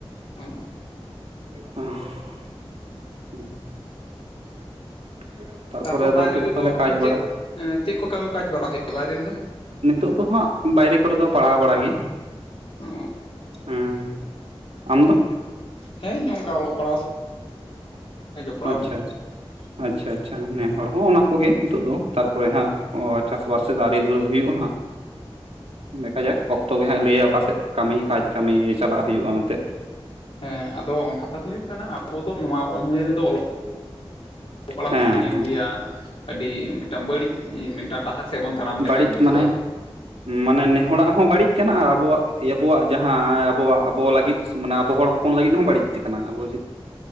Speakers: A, on the left; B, on the right.
A: ᱚ
B: ᱦ <unintelligible> <unintelligible> <unintelligible>
A: ᱛᱟᱯᱚᱨ
B: ᱟᱫᱚ
A: ᱵᱟᱭᱨᱮ
B: ᱱᱤᱛᱚᱜ
A: ᱨᱮᱫᱚ
B: ᱫᱚ ᱛᱟᱦᱚᱞᱮ ᱠᱟᱡ
A: ᱪᱮᱫ
B: ᱵᱟᱲᱟ
A: ᱪᱮᱫ ᱠᱚ ᱠᱟᱹᱢᱤ ᱠᱟᱡᱽ ᱵᱟᱲᱟ ᱦᱩᱭᱩᱜᱭᱼᱟ ᱵᱟᱭᱨᱮ ᱨᱮᱫᱚ?
B: ᱱᱤᱛᱚᱜ ᱫᱚ ᱦᱟᱸᱜ ᱵᱟᱭᱨᱮ ᱠᱚᱨᱮ ᱫᱚ ᱯᱟᱲᱦᱟᱣ ᱵᱟᱲᱟᱜ ᱜᱮ᱾
A: ᱚ
B: ᱦᱮᱸ ᱟᱢ ᱫᱚ?
A: ᱦᱮᱸ ᱤᱧ ᱚᱱᱠᱟ ᱚᱞᱚᱜ ᱯᱟᱲᱦᱟᱣ᱾ <inaudible> ᱥᱟᱶ ᱡᱚᱯᱲᱟᱣ
B: ᱟᱪ ᱪᱷᱟ ᱟᱪ ᱪᱷᱟ ᱟᱪ ᱪᱷᱟ ᱟᱪ ᱪᱷᱟ ᱱᱮ ᱦᱚᱲ ᱦᱚᱸ ᱚᱱᱟ ᱠᱚᱜᱮ ᱱᱤᱛᱚᱜ ᱫᱚ। ᱛᱟᱨᱯᱚᱨᱮ ᱦᱟᱸᱜ ᱪᱟᱥᱵᱟᱥ ᱥᱮᱫ ᱫᱚ ᱟᱣᱨᱤ ᱫᱷ <inaudible> ᱦᱩᱭᱩᱜᱼᱟ ᱦᱟᱸᱜ ᱫᱮᱠᱷᱟ ᱡᱟᱠ ᱼ ᱛᱚᱵᱮ ᱦᱟᱸᱜ ᱞᱟᱹᱭᱟ ᱚᱠᱟᱥᱮᱫ ᱠᱟᱹᱢᱤ ᱠᱟᱡ ᱠᱟᱹᱢᱤ ᱪᱟᱞᱟᱜ ᱦᱩᱭᱩᱜᱼᱟ ᱢᱮᱱ ᱛᱮᱫ᱾
A: ᱦᱮᱸ ᱟᱫᱚ ᱠᱟᱛᱷᱟ ᱫᱚ ᱦᱩᱭᱩᱜ ᱠᱟᱱᱟ ᱟᱵᱚ ᱫᱚ ᱱᱚᱣᱟ ᱩᱢᱮᱨ ᱨᱮᱫᱚ ᱚᱞᱚᱜ ᱼ ᱠᱚᱲᱟ
B: ᱦᱮᱸ
A: <inaudible> ᱦᱚᱸ ᱥᱟᱺᱜᱤᱧ
B: ᱦᱮᱸ
A: <unintelligible> ᱞᱟᱹᱭᱟ ᱟᱹᱰᱤ ᱢᱤᱫᱴᱟᱝ ᱵᱟᱹᱲᱤᱡ ᱢᱤᱫᱴᱟᱝ ᱰᱟᱦᱟᱨ ᱥᱮᱫ ᱵᱚᱱ ᱛᱟᱲᱟᱢ ᱞᱮᱠᱟᱧ
B: ᱵᱟᱹᱲᱤᱡ
A: ᱵᱩᱡᱷᱟᱹᱣᱟ᱾
B: ᱢᱟᱱᱮ ᱢᱟᱱᱮ ᱱᱮᱦᱚᱱᱟᱜ ᱦᱚᱸ ᱵᱟᱹᱲᱤᱡ ᱠᱟᱱᱟ ᱟᱨ ᱟᱵᱚᱣᱟᱜ ᱟᱵᱚᱣᱟᱜ ᱡᱟᱦᱟᱸ ᱟᱵᱚᱣᱟᱜ ᱟᱵᱚ ᱞᱟᱹᱜᱤᱫ ᱼᱼ ᱢᱟᱱᱮ ᱟᱵᱚ ᱦᱚᱲ ᱦᱚᱯᱚᱱ ᱞᱟᱹᱜᱤᱫ ᱦᱚᱸ ᱵᱟᱹᱲᱤᱡ ᱤᱫᱤ ᱠᱟᱱᱟ ᱟᱵᱚ <inaudible>